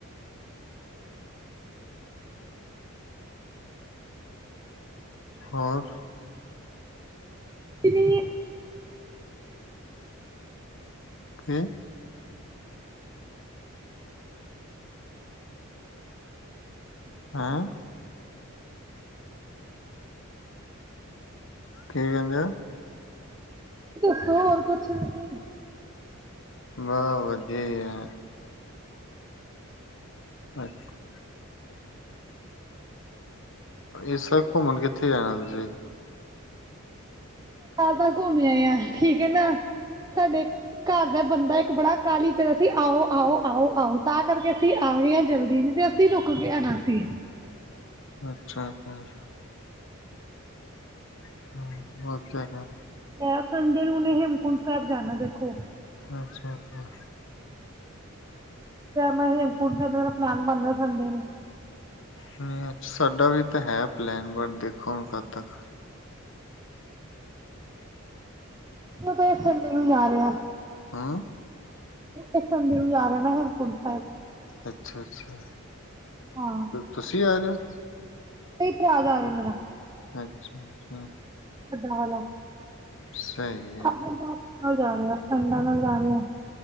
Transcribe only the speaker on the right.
ਕੁਛ ਨੀਂ।
ਦੱਸੋ ਹੋਰ ਕੁਛ ਵੀ
ਆ ਤਾਂ ਘੁੰਮਿਆ ਆ ਠੀਕ ਹੈ ਨਾ ਸਾਡੇ ਘਰ ਦਾ ਬੰਦਾ ਇੱਕ ਬੜਾ ਕਾਹਲੀ ਪਿਆ ਸੀ ਆਓ- ਆਓ -ਆਓ -ਆਓ ਤਾਂ ਕਰਕੇ ਅਸੀਂ ਆ ਗਏ ਹਾਂ ਜਲਦੀ ਨੀ ਤੇ ਅਸੀਂ ਅਸੀਂ ਰੁਕ ਕੇ ਆਣਾ ਸੀ।
ਇਹ ਸੰਡੇ ਨੂੰ ਹੁਣ ਹੇਮਕੁੰਟ ਸਾਹਿਬ ਜਾਣਾ ਦੇਖੋ।
ਮੈਂ ਹੇਮਕੁੰਟ ਸਾਹਿਬ ਮੇਰਾ ਪਲੈਨ ਬਣ ਰਿਹਾ ਸੰਡੇ ਨੂੰ।
ਕਿਹੜੇ ਸੰਡੇ ਨੂੰ ਜਾ ਰਹੇ ਆ
ਇਸ ਸੰਡੇ ਨੂੰ ਜਾ ਰਿਹਾ ਨਾ ਹੇਮਕੁੰਟ ਸਾਹਿਬ।
ਹਾਂ
ਨਹੀਂ ਭਰਾ ਜਾਂ ਰਿਹਾ ਮੇਰਾ
<unintelligible> ਵਾਲਾ
ਆਪਣੇ ਬੋਸ ਨਾਲ ਜਾ ਰਿਹਾ ਫਰੈਂਡਾ ਨਾਲ ਜਾ ਰਿਹਾ।